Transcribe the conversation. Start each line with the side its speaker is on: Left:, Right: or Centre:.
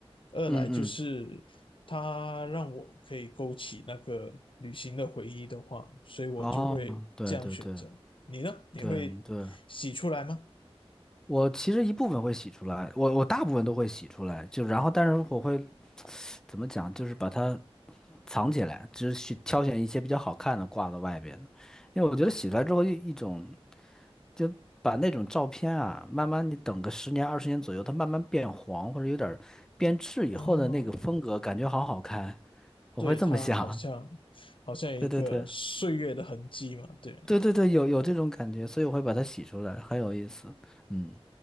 Left: 二来就是它让我可以勾起那个旅行的回忆的话，
Centre: 嗯，
Left: 所以我就会这样选择。
Centre: 哦，对对对
Left: 你呢？你会洗出来吗？
Centre: 对对，我其实一部分会洗出来，我我大部分都会洗出来，就然后但是我会怎么讲，就是把它藏起来，只是挑选一些比较好看的挂到外边的因为我觉得洗出来之后一一种。就把那种照片啊，慢慢你等个十年二十年左右，它慢慢变黄或者有点儿变质以后的那个风格，
Left: 哦，
Centre: 感觉好好看。我会这么想。
Left: 对，它好像好像一个岁月的痕迹嘛。
Centre: <laughs> 对对对
Left: 对，
Centre: 对对对，有有这种感觉，所以我会把它洗出来，很有意思。嗯，